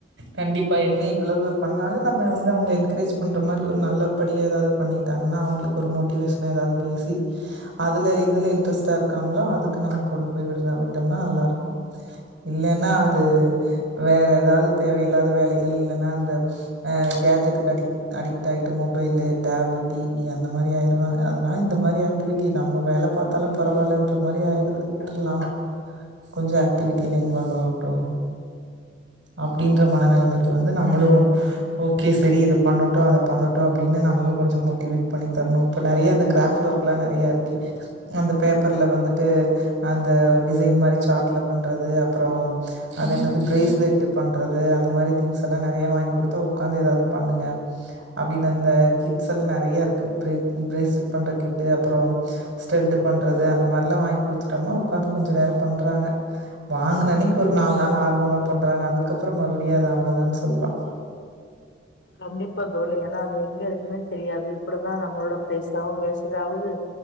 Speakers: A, on the right (about 80°); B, on the left (about 70°).
A: கண்டிப்பா என்ன இவ்ளோ பண்ணாலும் நம்ம வந்து அவங்கள என்கரேஜ் பண்ற மாரி ஒரு நல்லபடியா ஏதாது பண்ணி வந்தாகன்னா அவங்களுக்கு ஒரு மோட்டிவேஷனா ஏதாது பேசி அதுல எதுல இன்ட்ரெஸ்ட்டா இருக்காங்களோ அதுக்கு நம்ம கொண்டு போய் விடுற விட்டோம்னா நல்லா இருக்கும் இல்லைன்னா அது வேற ஏதாது தேவையில்லாத வேலைகள் இல்லைன்னா அந்த அ கேஜெட்டுக்கு அடிக அடிக்ட் ஆயிட்டு மொபைல் டேப் டிவி அந்த மாரி ஆயிருவாங்க அதனால இந்த மாரி ஆக்டிவிட்டி நம்ம வேலை பாத்தாலும் பரவாயில்லன்ற மாரி ஆயிடுது விட்டுரலா கொஞ்ச ஆக்டிவிட் டில இன்வால்வ் ஆகட்டும் அப்டின்ற மனநிலைமைக்கு வந்து நம்மளும் ஓகே செரி இத பண்ணட்டும் அத பண்ணட்டும் அப்டின்னு நமளும் கொஞ்சம் மோட்டிவேட் பண்ணி தரணும் இப்ப நெறைய க்ராஃப்ட் ஒர்க் எல்லா நெறைய இருக்கு அந்த பேப்பர்ல வந்துட்டு அந்த டிசைன் மாரி சார்ட்ல பண் றது அப்றோ அது என்னது பிரேஸ்லெட் பண்றது அந்த மாரி திங்ஸ் எல்லா நிறைய வாங்கி குடுத்தா உக்காந்து ஏதாது பண்ணுங்க அப்டின்னு அந்த கிட்ஸ் எல்லா நிறைய இருக்கு பி பிரேஸ்லெட் பண்ற கிட்டு அப்றோம் ஸ்டட் பண்றது அந்த மாரி எல்லா வாங்கி குடுத்துட்டோம்னா உக்காந்து கொஞ்ச நேரம் பண்றாங்க வாங்கின அன்னைக்கு ஒரு நாலு நாள் ஆர்வமா பண்றாங்க அதுக்கப்றோ மறுபடியும் அது அவ்ளோ தா சொல்லாம்
B: கண்டிப்பா தோழி ஏன்னா அது எங்க இரு க்குமே தெரியாது இப்டி தா நம்மளோட பைசாவும் வேஸ்ட் ஆவுது